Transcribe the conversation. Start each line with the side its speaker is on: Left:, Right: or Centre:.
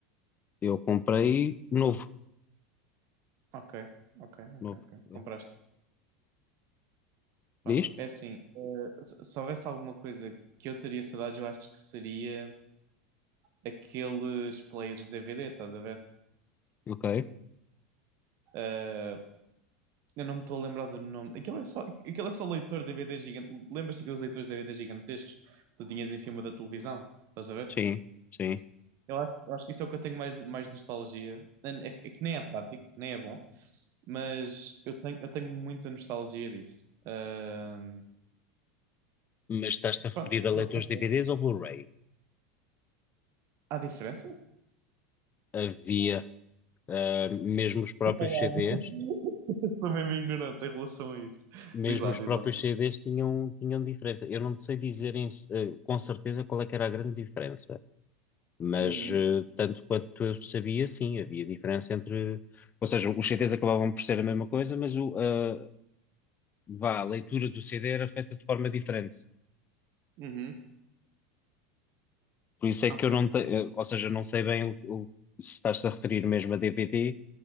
Left: Eu comprei novo,
Right: Ok, ok,
Left: novo.
Right: ok, ok. Compraste.
Left: é.
Right: Pronto.
Left: Diz?
Right: É assim, eh, se se houvesse alguma coisa que eu teria saudades, eu acho que seria aqueles players de DVD, estás a ver?
Left: Ok.
Right: Eh, eu não me estou a lembrar do nome. Aquilo é só, aquilo é só leitor de DVD gigante. Lembras-te daqueles leitores de DVD gigantescos que tu tinhas em cima da televisão? Estás a ver?
Left: Sim, sim.
Right: Eu acho, eu acho que isso é o que eu tenho mais, mais nostalgia. É, é que é que nem é prático, nem é bom, mas eu tenho, eu tenho muita nostalgia disso. Eh,
Left: Mas estás-te a
Right: pronto,
Left: referir a
Right: não
Left: leitores
Right: não sei.
Left: DVDs ou Blu-ray?
Right: Há diferença?
Left: Havia, ah, mesmo os próprios
Right: Olá,
Left: CDs,
Right: <laughs> Sou mesmo ignorante em relação a isso.
Left: mesmo
Right: Diz lá, diz
Left: os
Right: lá.
Left: próprios CDs tinham, tinham diferença. Eu não sei dizer em se- eh, com certeza qual é que era a grande diferença, mas
Right: Uhum,
Left: eh, tanto quanto eu sabia, sim, havia diferença entre. Ou seja, os CDs acabavam por ser a mesma coisa, mas o, ah, vá, a leitura do CD era feita de forma diferente.
Right: uhum,
Left: Por isso é
Right: ok.
Left: que eu não tenho, ou seja, não sei bem o, o- se estás a referir mesmo a DVD